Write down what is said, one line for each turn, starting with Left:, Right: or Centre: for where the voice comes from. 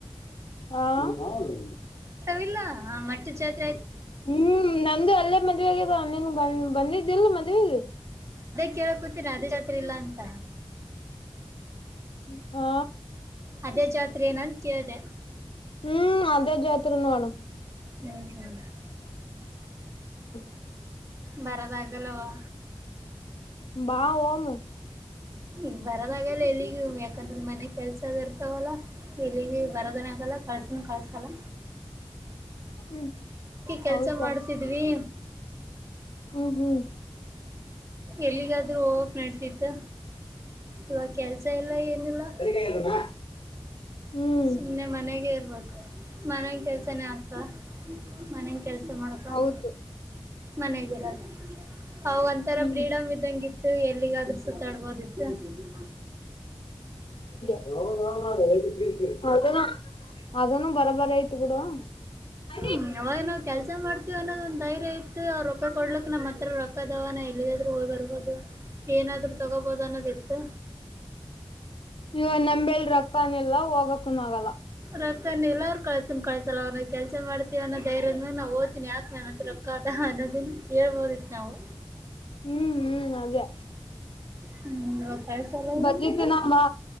Left: ಹಾ ಹೌದು
Right: ಿಲ್ಲ ಮಟ್ಟ ಚತಿ
Left: ಹ್ಮ್ ನಂದು ಅಲ್ಲೇ ಮದ್ವೆಗನ್ ಬಂದ್ ಬಂದಿದ್ದಿಿಲ್ಲ ಮದ್ವೆೆಗೆ
Right: ಕೇಳ ಕೂತೀರ ಅದೇ ಜಾತ್ರೆ ಇಲ್ಲ ಅಂತ
Left: ್ಮ ಹಾ
Right: ಅದೇ ಜಾತ್ರೆ ಏನ ಅನ್ ಕೇಳ್ದ
Left: ಹ್ಮ್ ಅದೇ ಜಾತ್ರೆ ನೋಡು
Right: ಹ್ಮ್ ಹಾ್
Left: ಹ
Right: ಬರದಾಗಲ್ಲವಾ
Left: ಬಾವನು
Right: ಈಗ ಬರದಗಲ್ಲ ಎಲ್ಲಿಗ ಯಾಕಂದ್ರೆ ಮನೆ ಕೆಲ್ಸದ ಇರ್ತವಲ್ಲ ಎಲ್ಲಿಗೆ ಬರದನ ಆಗಲ್ಲ ಕಸ ಸನ್ ಕಳಸಲ್ಲ
Left: ಹ್ಮ್
Right: ಕೆಲ್ಸ
Left: ಹೌದಾ
Right: ಮಾಡ್ತಿದ್ವಿ
Left: ಹ್ಮ್ ಹ್ಮ್
Right: ಎಲ್ಲಿಗಾದ್ರೂ ಹೋಗಕ್ ನಡ್ತಿತ್ತು ಇವಾ ಕೆಲ್ಸ ಇಲ್ಲ ಏನಿಲ್ಲ
Left: ಹ್ಮ್ ಹ್ಮ್
Right: ಸುಮ್ಮ್ನೆ ಮನೆಗೆ ಇರ್ಬೇಕು ಮನನ್ ಕೆಲ್ಸನೇ ಆಗ್ತ ಮನಗೆ ಕೆಲ್ಸ ಮಾಡಕಂತ
Left: ಹೌದು
Right: ಮನೆಗಿರೋದು ಅವ ಒಂಥರ
Left: ಹ್ಮ್
Right: ಫ್ರೀಡಮ್ ಇದ್ದಂಗ ಇತ್ತು ಎಲ್ಲಿಗಾದ್ರೂ ಸುತ್ತಾಡ್ಬಹದು ದತ್ತ ಸಿಿದ್ದ
Left: ಹ ಅ ಅದ ಬರಬರ ಐತಿ ಹ
Right: ಹ್ಮ್ ಅವಾಗ ನಾವವು ಕೆಲಸ ಮಾಡ್ತೀವಿ ಅನ್ನೋದ ಒ್ ಧೈರಯ ಇತ್ತು ಅವ್ ರೊಕ್ಕ ಕೊಡ್ಕ್ ನಮ್ಮ್ ಹತ್ರ ರೊಕ್ಕದವನ ಲ್ಲಿಾದ್ರೂ ಹೋಗಿ ಬರ್ಬಹದು ಏನಾದ್ರು ತಗೋಬಹದು ಅನ್ನೋದ ಇತ್ತು
Left: ಇವ ನಂಬೆಲ್ ರಕ್ಕನ್ ಎಲ್ಲ ಹೋಗಕನ ಆಗಲ್ಲ
Right: ರಕ್ಕನ ಇಲ್ಲ ಅವ್ ಕಳ್ಸನ್ ಕಳ್ಸಲ್ಲ ಅವ್ನ ಕೆಲ್ಸ ಮಾಡ್ತೀವ ಅೋ ಧೈರ್ಯದ ನಾ ಓದ್ ಇನ್ ಯಾಕೆ ನನ್ನ ಹತ್ರ ರೊಕ್ಕತ ಅನ್ನೋದನ್ ಕೇಳ್ಬೋದಿತ್ತು ನಾವು
Left: ಹ್ಮ್ ಹ್ಮ್ ಅದೇ
Right: ಹ್ಮ್ ಇವಾಗ ಕಳ್ಸಲ್ಲ
Left: ಬರ್ಿತೀನಂಬಾ
Right: ಏನಿಲ್ಲ